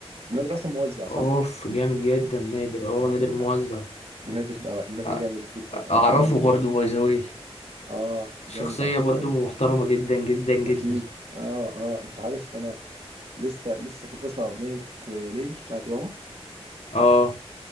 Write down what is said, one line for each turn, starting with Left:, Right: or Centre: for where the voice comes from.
Right: نادر اصلا موزع صح؟
Left: اوف جامد جدا نادر اه
Right: نادر
Left: نادر موزع
Right: نادر اه نادر
Left: أ-
Right: جامد جدا انا
Left: اعرفه
Right: بحب نادر
Left: برضو
Right: جدا
Left: باي ذا واي
Right: اه
Left: شخصية
Right: جامد على فكره
Left: برضو
Right: قوي
Left: محترمة جدا جدا جدا
Right: اكيد اه اه انت عارف انا لسه لسه كنت بسمع اغنيه يا ليل بتاعت ماما
Left: اه